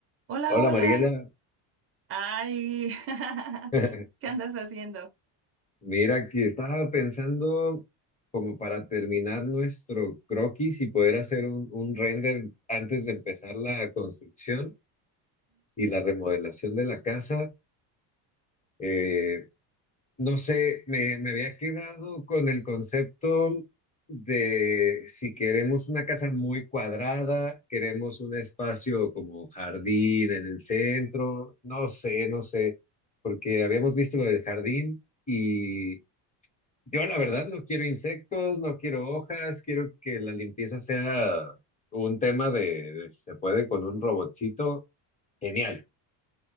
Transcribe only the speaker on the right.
Hola,
hola.
Ay, <laughs>
¿qué andas haciendo?